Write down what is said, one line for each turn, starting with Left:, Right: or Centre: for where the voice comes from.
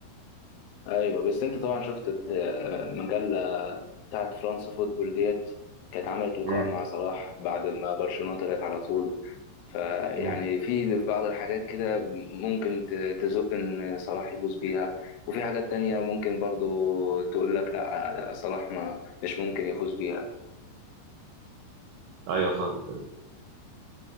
Left: ايوه بس انت طبعا شفت بد- مجله بتاعت فرنسا فوتبول ديت كانت عملت لقاء
Right: امم
Left: مع صلاح بعد ما برشلونة طلعت على طول فيعني
Right: امم
Left: في بعض الحاجات كده ممكن ت- تزق ان صلاح يفوز بيها وفي حاجات تانية ممكن برضو تقول لك لا لا، صلاح ما مش ممكن يفوز بيها
Right: ايوه فاهمك أيوة.